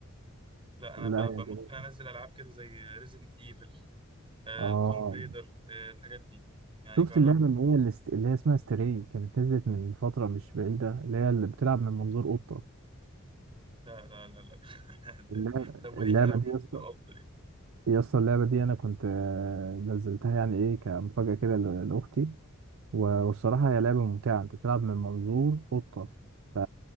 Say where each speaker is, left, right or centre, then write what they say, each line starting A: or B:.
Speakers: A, on the right (about 25°); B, on the right (about 65°).
A: لا انا
B: لا
A: ب...
B: هي
A: ب... ممكن
B: جميلة
A: انزل العاب كده زي ريزيدنت ايفل آه،
B: اه
A: توم بريدر آه، الحاجات دي يعني
B: شفت
A: جربت
B: اللعبة اللي هي اللي, است... اللي هي اسمها ستري كانت نزلت من فترة مش بعيدة اللي هي اللي بتلعب من منظور قطة
A: لا لا لا لا <laughs> لا.
B: اللعبة,
A: طب وليه
B: اللعبة
A: قلم
B: دي
A: من
B: يا اسطى
A: منظار القط ليه؟
B: يا اسطى اللعبة دي أنا كنت آه، نزلتها يعني إيه كمفاجأة كده ل- لأختي و- والصراحة هي لعبة ممتعة أنت بتلعب من منظور قطة ف-